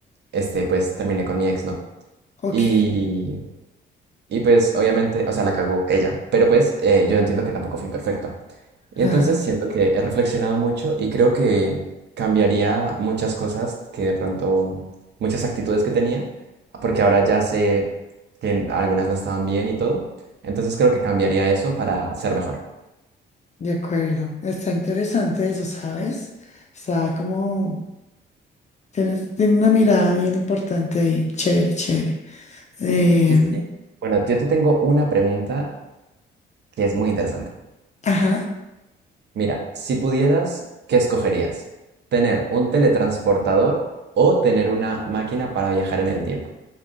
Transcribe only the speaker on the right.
este, pues terminé con mi ex, ¿no?
Y, Y pues obviamente, o sea, la cagó ella, pero pues eh, yo entiendo que tampoco fui perfecto. Y
entonces siento que he reflexionado mucho y creo que cambiaría muchas cosas que de pronto, muchas actitudes que tenía, porque ahora ya sé que en- algunas no estaban bien y todo. Entonces creo que cambiaría eso para ser mejor.
Sí, sí. sí. Bueno, yo te tengo una pregunta que es muy interesante.
Mira, si pudieras, ¿qué escogerías? ¿Tener un teletransportador o tener una máquina para viajar en el tiempo?